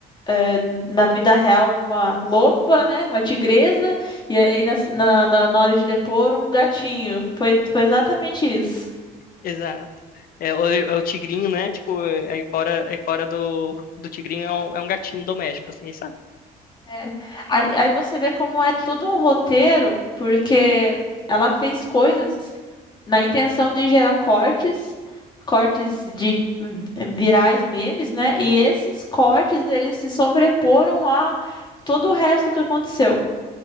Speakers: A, on the left; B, on the left.
A: é, na vida real uma loba, né? Uma tigresa, e aí na, na, na na hora de depor um gatinho. Foi, foi exatamente isso.
B: Exato. É, o, é o tigrinho, né? Tipo, é- aí fora, aí fora do, do tigrinho é um, é um gatinho doméstico, assim, sabe?
A: É. Aí, aí você vê como é todo um roteiro, porque ela fez coisas na intenção de gerar cortes, cortes de hum, virais memes, né? E esses cortes, eles se sobreporam a todo o resto que aconteceu.